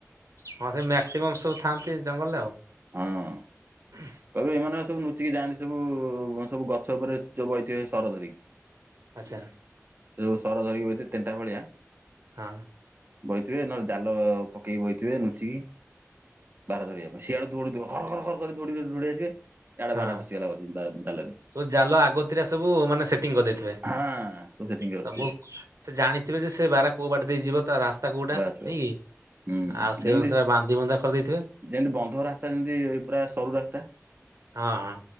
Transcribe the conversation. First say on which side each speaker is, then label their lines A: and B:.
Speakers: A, on the right; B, on the right.
A: ହଁ ସେ ମ୍ୟାକ୍ସିମମ୍ ସବୁ ଥାଆନ୍ତି ଜଙ୍ଗଲରେ ଆଉ।
B: ହଁ
A: ଉଁ ହୁ
B: କହିବେ ଏମାନେ ସବୁ ଲୁଚିକି ଯାଆନ୍ତି ସବୁ ସବୁ ଗଛ ଉପରେ ଯୋଉ ବହିଥିବେ ସର ଧରିକି।
A: ଆଚ୍ଛା
B: ସେ ଯୋଉ ସର ଧରିକି ବସିଥିବେ ତେଣ୍ଟା ଭଳିଆ।
A: ହଁ
B: ବଇଥିବେ ନହଲେ ଜାଲ ପକେଇକି ବଇଥିବେ ଲୁଚିକି। ବାରହା ଧରିବା ପାଇଁ ସିଆଡୁ ଦୌଡୁଥିବେ ଧର ଧର କରି ଦୌଡି ଦୌଡ଼ି ଆସିବେ ସିଆଡ଼େ
A: ହଁ।
B: ବାରହା ପଶିଗଲା ବା ଜାଲରେ।
A: ସବୁ ଜାଲ ଆଗତୁରା ସବୁ ମାନେ ସେଟିଂ କରିଦେଇଥିବେ
B: ହଁ ସବୁ ସେଟିଂ କରିଥିବେ
A: ସବୁ ସେ ଜାଣିଥିବେ ଯେ ସେ ବାରହା କୋଉ ବାଟ ଦେଇ ଯିବ ତା ରାସ୍ତା କୋଉଟା
B: ବାସ୍ ବାସ୍।
A: ନାଇଁ କି।
B: ହୁଁ
A: ଆଉ ସେଇ
B: ଯେମିତି
A: ଅନୁସାରେ ବାନ୍ଧି ବନ୍ଧା କରିଦେଇଥିବେ।
B: ଯେମିତି ବନ୍ଧ ରାସ୍ତା ଯେମିତି ପୁରା ସରୁ ରାସ୍ତା
A: ହଁ ହଁ